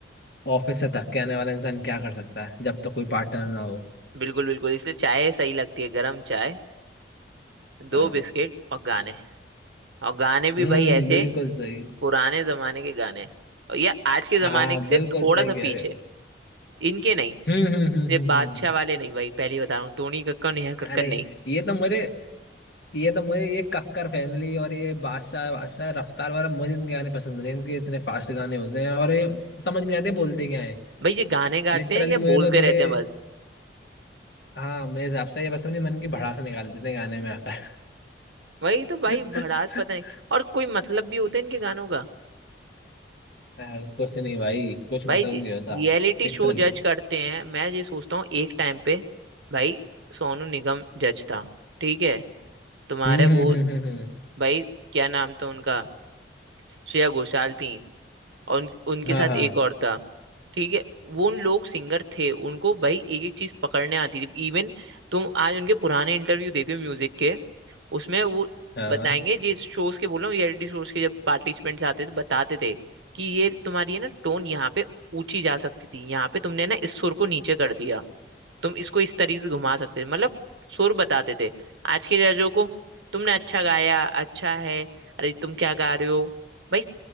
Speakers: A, on the left; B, on the right.
A: ऑफिस से थक के आने वाला इंसान क्या कर सकता है जब तक कोई पार्टनर ना हो
B: बिल्कुल बिल्कुल इसलिए चाय सही लगती है गरम चाय दो
A: हाँ
B: बिस्किट और गाने और गाने भी
A: हम्म
B: भाई ऐसे
A: बिल्कुल सही
B: पुराने जमाने के गाने और ये आज के जमाने
A: हाँ बिल्कुल
B: से थोड़ा
A: सही
B: सा
A: कह
B: पीछे
A: रहे हो
B: इनके नहीं
A: हम्म हम्म हम्म
B: ये
A: हम्म
B: बादशाह
A: हम्म।
B: वाले नहीं भाई पहली बता रहा हूँ टोनी कक्कर नेहा कक्कर
A: अरे
B: नहीं
A: ये तो मुझे ये तो मुझे ये कक्कर फैमिली और ये बादशाह बादशाह रफ्तार वाला मुझे इनके गाने पसंद नहीं इनके इतने फास्ट गाने होते हैं और ये समझ में नहीं आते बोलते क्या है
B: भाई ये गाने गाते
A: लिटरली
B: हैं या
A: मुझे
B: बोलते
A: तो थोड़े
B: रहते हैं बस
A: हाँ मेरे हिसाब से ये बस अपने मन की भड़ास निकाल देते हैं गाने में आकर
B: वही तो भाई
A: <laughs>
B: भड़ास पता नहीं और कोई मतलब भी होता है इनके गानों का
A: यार कुछ नहीं भाई कुछ
B: भाई
A: मतलब
B: रियलिटी
A: नहीं होता लिटरली
B: शो जज
A: कुछ
B: करते हैं मैं ये सोचता हूँ एक टाइम पे भाई सोनू निगम जज था ठीक है तुम्हारे
A: हम्म हम्म
B: वो
A: हम्म हम्म हम्म।
B: भाई क्या नाम था उनका श्रेया घोषाल थी और उन, उनके
A: हाँ
B: साथ
A: हाँ
B: एक और था ठीक है वो उन लोग सिंगर थे उनको भाई एक एक चीज पकड़ने आती थी इवन तुम आज उनके पुराने इंटरव्यू देखो म्यूजिक के उसमें वो
A: हाँ
B: बताएंगे
A: हाँ
B: जिस शोज के बोल रहा हूँ रियलिटी शोज के जब पार्टिसिपेंट्स आते थे बताते थे कि ये तुम्हारी है ना टोन यहाँ पे ऊंची जा सकती थी यहाँ पे तुमने ना इस सुर को नीचे कर दिया तुम इसको इस तरीके से घुमा सकते थे मतलब सुर बताते थे आज के जजों को तुमने अच्छा गाया अच्छा है अरे तुम क्या गा रहे हो भाई